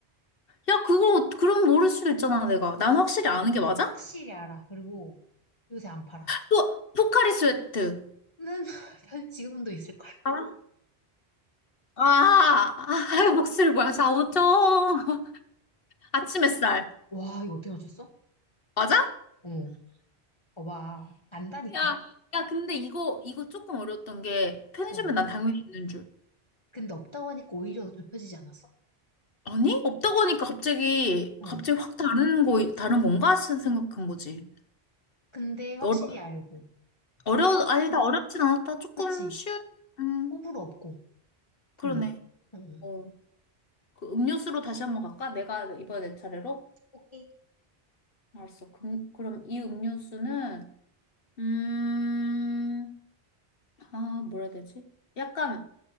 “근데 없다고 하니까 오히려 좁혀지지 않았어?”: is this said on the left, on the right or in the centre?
Left